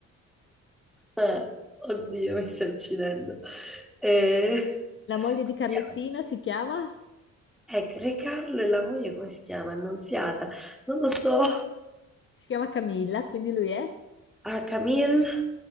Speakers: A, in the centre; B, on the left.
A: Eh, oddio, mi sto uccidendo. Eh,
B: La moglie
A: come
B: di Carlettino
A: si chiama?
B: si chiama?
A: Eh, Re Carlo e la moglie, come si chiama? Annunziata. Non lo so.
B: Si chiama Camilla, quindi lui è?
A: Ah, Camille,